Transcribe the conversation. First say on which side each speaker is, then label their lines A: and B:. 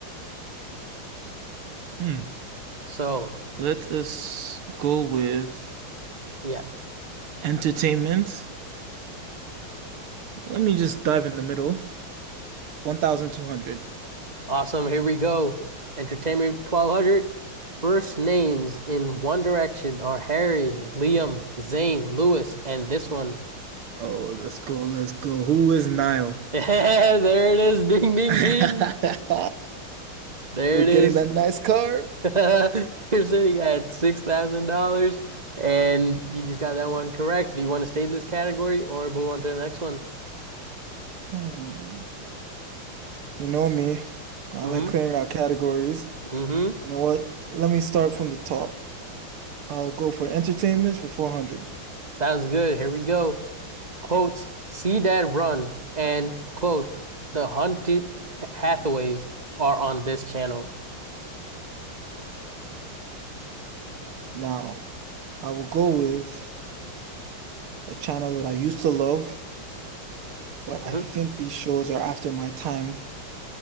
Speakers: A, on the right; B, on the right.
A: Hmm.
B: So,
A: Let us go with
B: yeah,
A: entertainment. Let me just dive in the middle. 1,200.
B: awesome. Here we go. Entertainment 1200. First names in One Direction are Harry, Liam, Zayn, Lewis, and this one. <laughs>
A: Oh, let's go. Let's go. Who is Niall?
B: Yeah, there it is. Ding, ding,
A: <laughs>
B: ding. There
A: We're
B: it
A: getting
B: is.
A: that nice car.
B: <laughs> You're sitting at $6,000 and you just got that one correct. Do you want to stay in this category or move on to the next one?
A: Hmm. You know me. I
B: Mm-hmm.
A: like clearing out categories.
B: Mm-hmm.
A: You know what? Let me start from the top. I'll go for entertainment for 400.
B: Sounds good. Here we go. Quote, see that run, and quote, the hunted Hathaways are on this channel.
A: Now, I will go with a channel that I used to love, but I
B: hmm
A: think these shows are after my time.